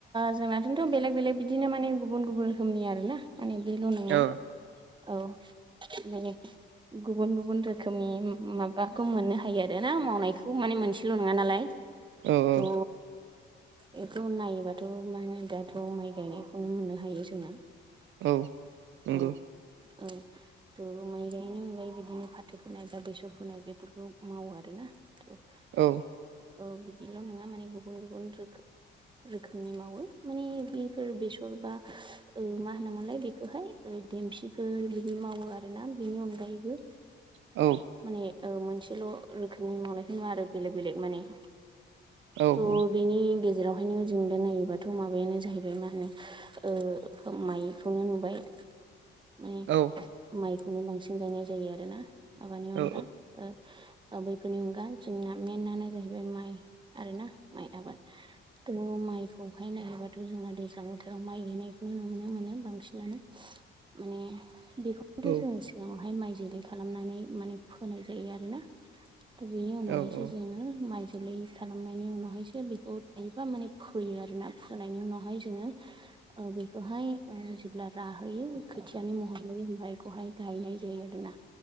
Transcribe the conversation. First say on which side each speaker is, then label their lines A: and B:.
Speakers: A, on the right (about 25°); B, on the right (about 70°).
A: जोंनाथ'थ' बेलेग बेलेग बिदिनो माने गुबुन गुबुन रोखोमनि आर ना माने बेल' नङा।
B: औ
A: औ माने गुबुन गुबुन रोखोमनि माबाखौ मोननो हायो आर ना मावनायखौ माने मोनसेल' नङा नालाय।
B: औ
A: थ'
B: औ
A: बेथ' नायोबाथ' म होन दाथ थ माइ गायनायखौनो मोननो हायो जोङो
B: औ नंगौ
A: औ-औ थ' माइ गायनायनि अनगायैबो बिदिनो फाथो फोनाय बा बेसर फोनाय बेफोरखौ मावो आरोना थ'
B: औ
A: औ बिदिल' नङा माने गुबुन गुबुन रोखो रोखोमनि मावो माने बेफोर बेसर बा मा होनोमोनलाय बेखौहाय देमसिखौ बिदि मावो आरोना बिनि अनगायैबो
B: औ
A: माने मोनसेल' रोखोमनि मावनायखौ नङा आरो बेलेक बेलेग माने
B: औ
A: थ'
B: औ
A: बेनि गेजेरावहायनो जों दा नायोबाथ' माबायानो जाहैबाय मा होनो ओ माइखौनो नुबाय माने
B: औ
A: माइखौनो बांसिन गायनाय जायो आरोना माबानि अनगा
B: औ
A: आरो बैफोरनि अनगा जोंना मेनानो जाहैबाय माइ आरोना माइ आबाद माइखौहाय नायोबाथ' जोंना दैज्लां बोथोराव माइ गायनायखौनो नुनो मोनो बांसिनानो माने बेखौनोथ'
B: औ
A: जों उनावहाय माइ जोलै खालामनानै माने फोनाय जायो आरोना दा बेनि उनावहायसो
B: औ औ
A: जोङो माइ जोलै खालामनायनि उनावहायसो बेखौ थायोबा माने फोयो आरोना फोनायनि उनावहाय जोङो ओ बेखौहाय जोब्ला आरो होयो खोथियानि महर मोनो ओमफ्राय बेखौहाय गायनाय जायो आरोना